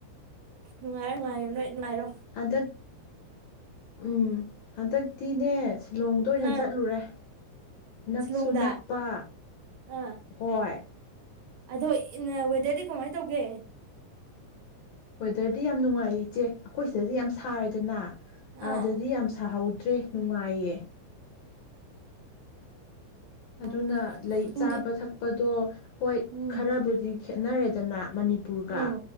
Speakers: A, on the right; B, on the left.
A: ꯅꯨꯉꯥꯏꯔꯦ ꯅꯨꯡꯉꯥꯏꯔꯣ ꯅꯣꯏ ꯅꯨꯡꯉꯥꯏꯔꯣ
B: ꯍꯟꯗꯛ ꯎꯝ ꯍꯟꯗꯛꯇꯤꯅꯦ ꯁꯤꯂꯣꯡꯗ ꯑꯣꯏꯅ
A: ꯑꯥ
B: ꯆꯠꯂꯨꯔꯦ ꯅꯛꯁꯨ
A: ꯁꯤꯂꯣꯡꯗ
B: ꯅꯛꯄ
A: ꯑꯥ
B: ꯍꯣꯏ
A: ꯑꯗꯣ ꯏꯅꯕꯗꯗꯤ ꯀꯃꯥꯏ ꯇꯧꯒꯦ
B: ꯋꯦꯗꯔꯗꯤ ꯌꯥꯝ ꯅꯨꯡꯉꯥꯏ ꯏꯆꯦ ꯑꯩꯈꯣꯏ ꯁꯤꯗꯗꯤ ꯌꯥꯝ ꯁꯥꯔꯦꯗꯅ ꯑꯥꯗꯗꯤ
A: ꯑꯥ
B: ꯌꯥꯝ ꯁꯥꯍꯧ ꯇꯔꯤ ꯅꯨꯡꯉꯥꯏꯌꯦ ꯑꯗꯨꯅ
A: ꯑꯣ
B: ꯂꯩ
A: ꯏꯪꯗꯤ
B: ꯆꯥꯕ ꯊꯛꯄ ꯑꯗꯣ ꯍꯣꯏ
A: ꯎꯝ
B: ꯈꯔꯕꯨꯗꯤ ꯈꯦꯠꯅꯔꯦꯗꯅ ꯃꯅꯤꯄꯨꯔꯒ
A: ꯎꯝ